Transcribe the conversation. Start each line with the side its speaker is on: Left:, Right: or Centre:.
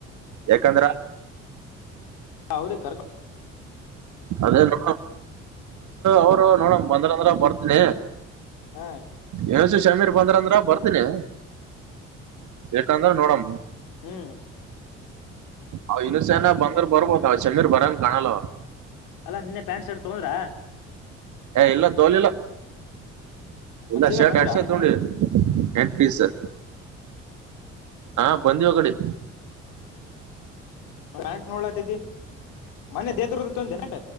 Right: ಯಾಕಂದ್ರ
Left: ಅವ್ರೇ ಕರ್ಕ
Right: ಅದೇನು ಅವರು ನೋಡಮ್ ಬಂದ್ರ ಅಂದ್ರ ಬರ್ತನಿ
Left: ಹಾ
Right: ಹೇಳಿಸಿ ಸಮೀರ್ ಬಂದ್ರ ಅಂದ್ರ ಬರ್ತನಿ ಯಕಂದ್ರ ನೋಡಮ್ಮ
Left: ಹ್ಮ್
Right: ಆವ ಸೇನಾ ಬಂದ್ರ ಬರ್ಬೋದು ಹ ಚಂದನ್ ಬರನ್ ಕಾಣಲ್ಲ
Left: ಅಲ್ಲ ನಿನ್ನೆ ಪ್ಯಾಂಟ್ ಶರ್ಟ್ ತಕೊಂದ್ರ
Right: ಇಲ್ಲ ತೋಲಿಲ್ಲ
Left: ಮತ್
Right: ಇಲ್ಲ
Left: ಸೀದಾ
Right: ಶರ್ಟ್
Left: ಬಂದಿರಾ
Right: ಎಕ್ಸ್ ಎಲ್
Left: ನೀವು
Right: ತಗೊಂಡಿದೆ ಪೀ ಸರ್ ಹಾ ಬಂದಿಹೋಗಡಿ
Left: ಪ್ಯಾಂಟ್ ನೋಡ್ಲಾತಿದ್ದಿ ಮನೆ ದೇದರದ್ದ ತೊಂದ ನಂಟ